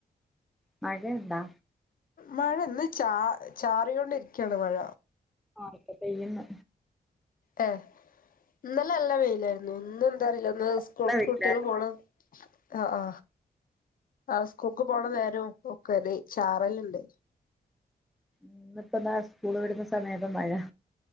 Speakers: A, in the centre; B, on the left.
A: മഴ ഒണ്ടാ
B: മഴ ഇന്ന് ചാ ചാറിയോണ്ടിരിക്കിയാണ് മഴ
A: ആ ഇപ്പ പെയ്യ്ന്ന്
B: ഏ ഇന്നലെ നല്ല വെയിലായി നൊന്നും എന്താ അറിയില്ല ഒന്ന് സ്കൂൾ
A: നല്ല വെയിലായിരുന്നു
B: കുട്ടിയെൾ പോണ് ആ ആ ആ സ്കൂൾക്ക് പോണ നേരോം ഒക്കെ അതെ ചാറൽ ഇണ്ട്
A: ന്ന് ഇപ്പ താ സ്കൂൾ വിടുന്ന സമയപ്പം മഴ